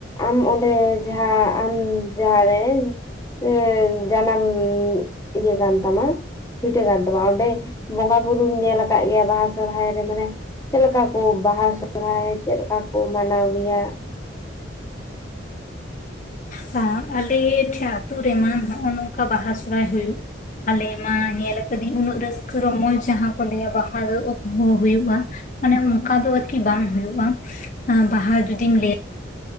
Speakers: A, on the left; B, on the left.
A: ᱟᱢ ᱚᱸᱰᱮ ᱡᱟᱦᱟᱸ ᱟᱢ ᱡᱟᱦᱟᱸᱨᱮ ᱮ ᱡᱟᱱᱟᱢ ᱤᱭᱟᱹ ᱠᱟᱱ ᱛᱟᱢᱟ ᱵᱷᱤᱴᱟᱹ ᱠᱟᱱ ᱛᱟᱢᱟ ᱚᱸᱰᱮ ᱵᱚᱸᱜᱟ ᱵᱩᱨᱩᱢ ᱧᱮᱞ ᱟᱠᱟᱫ ᱜᱮᱭᱟ ᱵᱟᱦᱟ ᱥᱚᱨᱚᱦᱟᱭ ᱨᱮ ᱢᱟᱱᱮ ᱪᱮᱫ ᱞᱮᱠᱟ ᱠᱚ ᱵᱟᱦᱟ ᱥᱚᱨᱚᱦᱟᱭ ᱥᱚᱨᱟᱭ ᱪᱮᱫ ᱞᱮᱠᱟ ᱠᱚ ᱢᱟᱱᱟᱣ ᱜᱮᱭᱟ?
B: ᱦᱮᱸ ᱟᱞᱮ ᱴᱷᱮᱡ ᱟᱛᱳ ᱨᱮᱢᱟ ᱱᱚᱜᱼᱚ ᱱᱚᱝᱠᱟ ᱵᱟᱦᱟ ᱥᱚᱦᱚᱨᱟᱭ ᱦᱩᱭᱩᱜ ᱟᱞᱮ ᱢᱟ ᱧᱮᱞ ᱟᱠᱟᱫᱤᱧ ᱩᱱᱟᱹᱜ ᱨᱟᱹᱥᱠᱟᱹ ᱨᱚᱢᱚᱡ ᱡᱟᱦᱟᱸ ᱠᱚ ᱞᱟᱹᱭᱟ ᱵᱟᱦᱟ ᱫᱚ ᱦᱚᱸ ᱦᱩᱭᱩᱜᱼᱟ ᱾ ᱢᱟᱱᱮ ᱚᱱᱠᱟ ᱫᱚ ᱟᱨᱠᱤ ᱵᱟᱝ ᱦᱩᱭᱩᱜᱭᱼᱟ ᱵᱟᱦᱟ ᱡᱩᱫᱤᱢ ᱞᱟᱹᱭᱟ ᱾